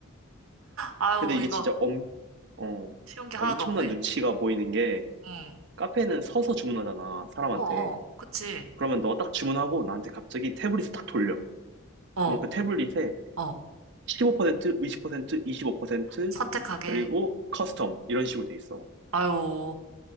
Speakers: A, on the right; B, on the right.
A: 아유,
B: 근데 이게
A: 이거
B: 진짜 엄, 어,
A: 쉬운 게
B: 엄청난
A: 하나도 없네.
B: 눈치가 보이는 게
A: 응.
B: 카페는 서서 주문하잖아, 사람한테.
A: 어, 어, 그치.
B: 그러면 너 딱 주문하고 나한테 갑자기 태블릿을 딱 돌려.
A: 어,
B: 그러면 그 태블릿에
A: 어.
B: 15%, 20%, 25%,
A: 선택하게.
B: 그리고 커스텀 이런 식으로 돼 있어.
A: 아유,